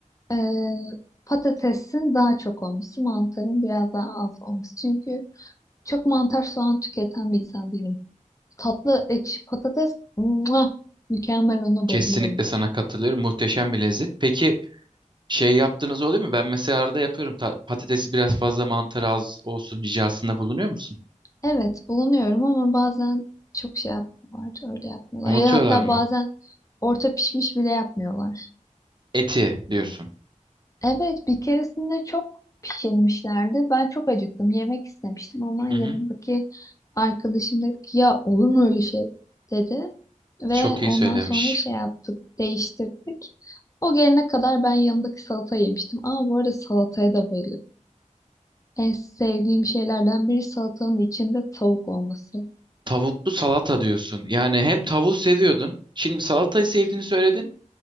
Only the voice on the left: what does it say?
eee, patatesin daha çok olması, mantarın biraz daha az olması. Çünkü çok mantar soğan tüketen bir insan değilim. Tatlı ekşi patates. Muah! Mükemmel ona
bayılıyorum.
Evet bulunuyorum ama bazen çok şey yapmıyorlar. Öyle yapmıyorlar.
Ya hatta
bazen orta pişmiş bile yapmıyorlar.
Evet bir keresinde çok pişirmişlerdi. Ben çok acıktım. Yemek istemiştim ama
yanındaki
arkadaşım dedi ki ya olur mu öyle şey dedi. Ve
ondan
sonra şey yaptık. Değiştirdik. O gelene kadar ben yanındaki salata yemiştim. Aa bu arada salataya da bayılıyorum. En sevdiğim şeylerden biri salatanın içinde tavuk olması.